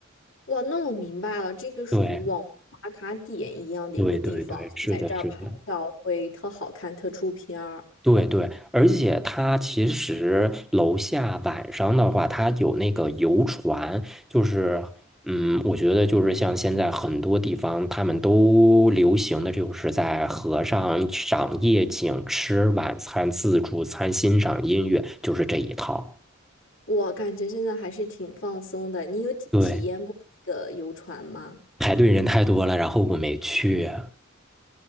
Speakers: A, on the left (about 70°); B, in the centre.
A: 哇，那我明白了，这个属于网红打卡点一样的一个地方，
B: 对，对对对，
A: 就在这儿拍照会特好看、
B: 是的，是的。
A: 特出片儿。
B: 对对，而且它其实楼下晚上的话，它有那个游船，就是，嗯，我觉得就是像现在很多地方他们都流行的就是在河上赏夜景、吃晚餐、自助餐、欣赏音乐，就是这一套。
A: 我感觉现在还是挺放松的。你有体体验过那个游船吗？
B: 对，排队人太多了，然后我没去。